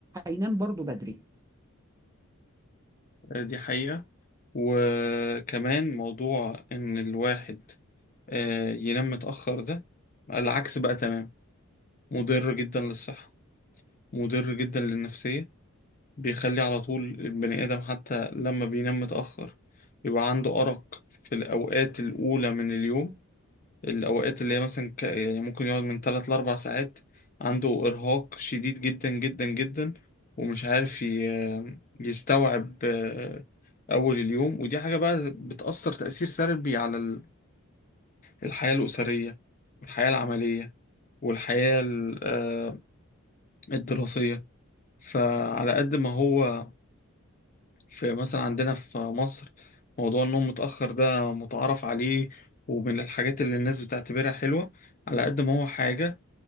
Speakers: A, on the right; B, on the left.
A: هينام برضو بدري
B: آه، دي حقيقة وكمان موضوع إن الواحد آه، ينام متأخر ده العكس بقى تمام مضر جدا للصحة مضر جدا للنفسية بيخلي على طول البني آدم حتى لما بينام متأخر يبقى عنده أرق في الأوقات الأولى من اليوم الأوقات اللي هي مثلا ك... يعني ممكن يقعد من 3 ل 4 ساعات عنده إرهاق شديد جدا جدا جدا ومش عارف ي... يستوعب آه، أول اليوم ودي حاجة بقى بتأثر تأثير سلبي على الحياة الأسرية والحياة العملية والحياة ال- آه، الدراسية فعلى قد ما هو في مثلا عندنا في مصر موضوع النوم متأخر ده متعارف عليه ومن الحاجات اللي الناس بتعتبرها حلوة على قد ما هو حاجة